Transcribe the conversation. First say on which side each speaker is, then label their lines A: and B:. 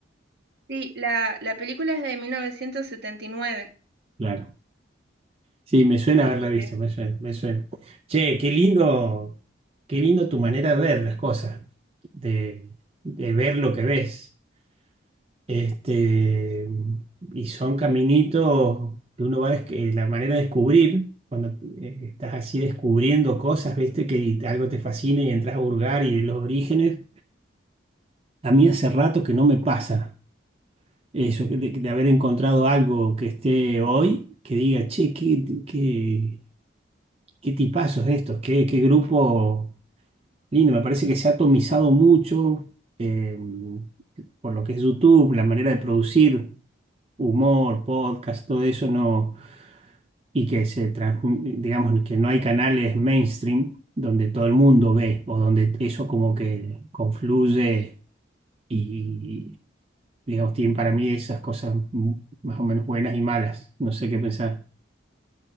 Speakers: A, on the right; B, on the right.
A: Sí, la, la película es de 1979,
B: Claro. Sí, me suena
A: así
B: haberla visto,
A: que,
B: me suena, me suena. Che, qué lindo, qué lindo tu manera de ver las cosas, de, de ver lo que ves. Este, y son caminitos que uno va a la manera de descubrir, cuando eh, estás así descubriendo cosas, viste, que algo te fascina y entras a burgar y los orígenes. A mí hace rato que no me pasa eso, que de, de haber encontrado algo que esté hoy, que diga, che, qué, qué, qué tipazos estos, qué, qué grupo lindo. Me parece que se ha atomizado mucho eh, por lo que es YouTube, la manera de producir. humor, podcast, todo eso no, y que se transmi- digamos que no hay canales mainstream donde todo el mundo ve o donde eso como que confluye y, digamos, tienen para mí esas cosas m- más o menos buenas y malas, no sé qué pensar.